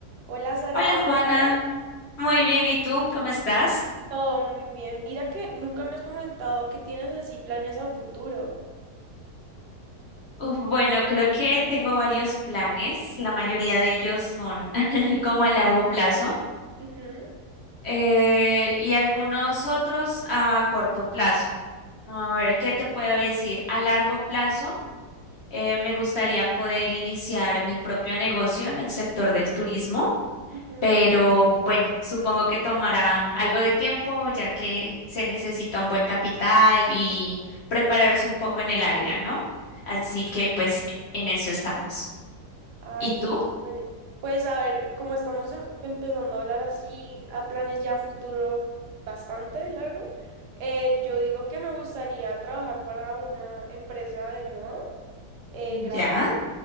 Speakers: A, on the right (about 75°); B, on the left (about 50°).
A: Hola Sara,
B: Hola
A: ¿cómo
B: Juana,
A: estás?
B: muy bien, ¿y tú? ¿Cómo estás?
A: Todo muy bien. Mira que nunca me has comentado que tienes así planes a futuro.
B: Uf, bueno, creo que tengo varios planes, la mayoría de ellos son <laughs> como a largo plazo
A: Ujú,
B: eh, y algunos otros a corto plazo. A ver, ¿qué te puedo decir? A largo plazo eh, me gustaría poder iniciar mi propio negocio en el sector del turismo.
A: ujú.
B: Pero bueno, supongo que tomará algo de tiempo, ya que se necesita un buen capital y prepararse un poco en el área, ¿no? Así
A: Sí.
B: que pues en eso estamos.
A: Ay,
B: ¿Y tú?
A: qué chévere. Pues a ver, como estamos em- empezando a hablar así a planes ya a futuro bastante largo, eh, yo digo que me gustaría trabajar para una empresa de moda, eh,
B: ¿Ya?